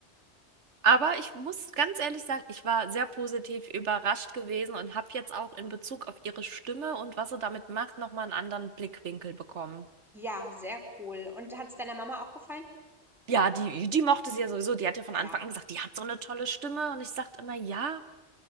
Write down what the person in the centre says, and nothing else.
Ja, sehr cool. Und hat es deiner Mama auch gefallen?
Ja.